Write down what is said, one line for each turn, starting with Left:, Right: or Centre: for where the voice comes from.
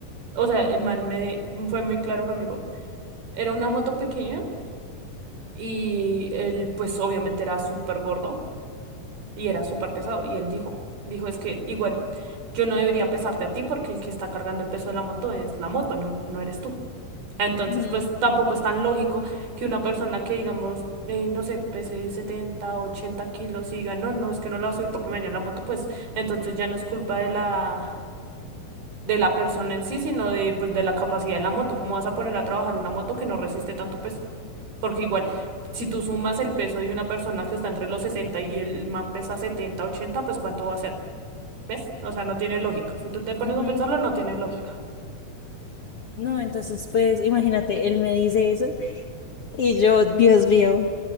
Right: o sea, el man me fue muy claro conmigo. Era una moto pequeña Y él, pues obviamente era súper gordo y era súper pesado. Y él dijo, dijo, es que igual yo no debería pesarte a ti porque el que está cargando el peso de la moto es la moto, no, no eres tú. Entonces,
Left: Ujú,
Right: pues tampoco es tan lógico que una persona que, digamos, eh, no sé, pese 70 80 kilos y diga, no, no, es que no la voy a subir porque me dañó la moto, pues entonces ya no es culpa de la, de la persona en sí, sino de, pues, de la capacidad de la moto. ¿Cómo vas a poner a trabajar una moto que no resiste tanto peso? Porque igual, si tú sumas el peso de una persona que está entre los 60 y el man pesa 70, 80, pues ¿cuánto va a ser? ¿Ves? O sea, no tiene lógica. Si tú te pones
Left: ujú.
Right: a pensarlo, no tiene lógica.
Left: No, entonces pues imagínate, él me dice eso y yo, Dios mío,